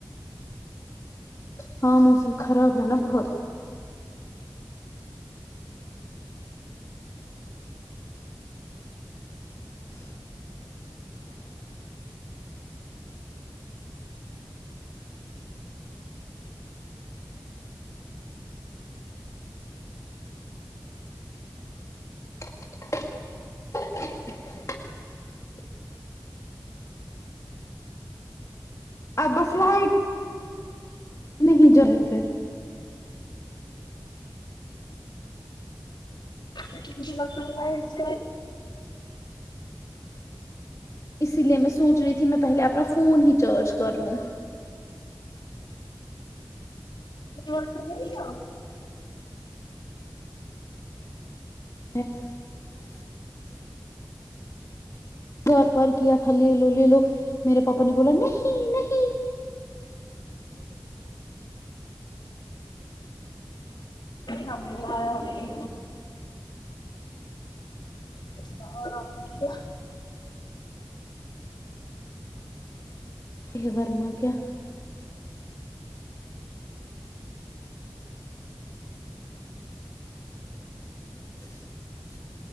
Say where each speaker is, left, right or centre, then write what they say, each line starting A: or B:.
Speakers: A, on the left (about 40°); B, on the left (about 75°).
A: ہاں موسم خراب ہے نا بہت <inaudible> <inaudible> ابسلحائی نہیں جائے پھر
B: ے فقت وائٹ ج
A: اسی لیے میں سوچ رہی تھی میں پہلے اپنا فون ہی چارج کر لوں
B: ر نہیں ہے کو
A: <inaudible> گھر پرار کیا تھا لے لو لے لو میرے پاپا نے بولا نہیں نہیں
B: ہم نے آ آرام کیا
A: یہ ورنہ کیا <inaudible>